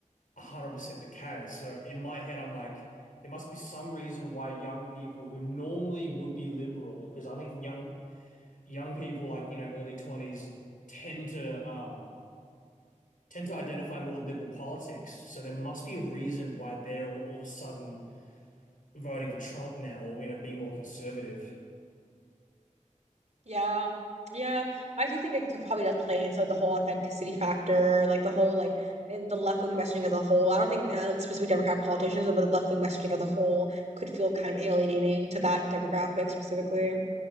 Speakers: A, on the left (about 85°); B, on the right (about 60°).
A: 100% the case. So in my head, I'm like, there must be some reason why young people who normally would be liberal, because I think young young people like you know early 20s tend to um. tend to identify more with liberal politics, so there must be a reason why they're all, all of a sudden voting for Trump now, or you know, being more conservative.
B: Yeah. Yeah, I do think it could- probably does play into the whole authenticity factor, like the whole like and the left wing messaging as a whole. I don't think uh, specifically Democrat politicians, but the left wing messaging as a whole could feel kind of alienating to that demographic specifically.